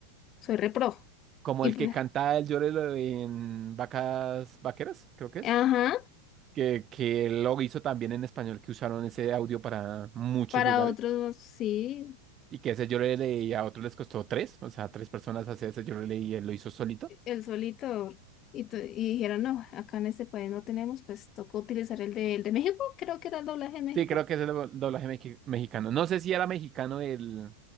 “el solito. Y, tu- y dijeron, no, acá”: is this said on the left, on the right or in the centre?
Left